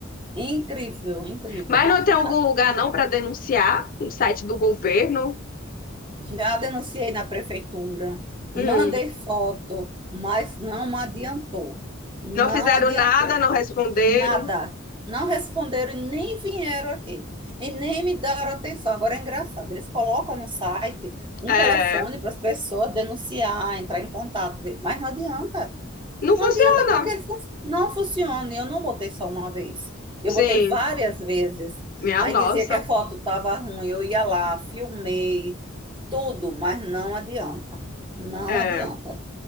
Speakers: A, on the right; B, on the left.
A: incrível, incrível.
B: Mas não tem algum
A: Ah,
B: lugar não pra denunciar no site do governo?
A: Já denunciei na prefeitura,
B: Hum.
A: mandei foto, mas não adiantou. Não
B: Não fizeram
A: adiantou.
B: nada, não responderam.
A: Nada. Não responderam e nem vieram aqui. E nem me deram atenção. Agora é engraçado. Eles colocam no site um
B: É,
A: telefone para as pessoas denunciar, entrar em contato, mas não adianta.
B: não
A: Não
B: funciona.
A: adianta porque eles não, não funcionam. Eu não botei só uma vez. Eu
B: Sim,
A: botei várias vezes.
B: minha
A: Aí
B: nossa.
A: dizia que a foto estava ruim. Eu ia lá, filmei, tudo, mas não adianta. Não
B: É,
A: adianta.